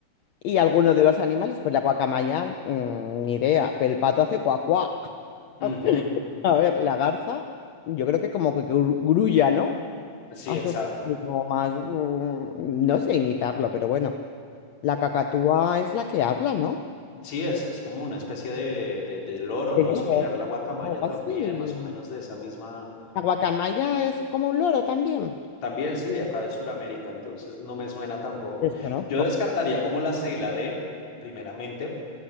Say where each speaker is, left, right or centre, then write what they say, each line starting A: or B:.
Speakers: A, on the left; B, on the left.
A: y alguno de los animales, pues la guacamaya, mm, ni idea, pero el pato hace cuacuá.
B: Ujú.
A: <laughs> A ver, la garza, yo creo que como que gru- grulla, ¿no?
B: Sí,
A: Hace
B: exacto.
A: un poco más, mm, no sé imitarlo, pero bueno. La cacatúa es la que habla, ¿no?
B: Sí, es, es como una especie de, de, de loro,
A: El
B: ¿no?
A: loro.
B: Similar a la guacamaya
A: o
B: también,
A: así.
B: más o menos de esa misma
A: La guacamaya es como un loro también.
B: También sí, de acá de Sudamérica, entonces no me suena tampoco.
A: Desconozco.
B: Yo descartaría como la C y la D, primeramente.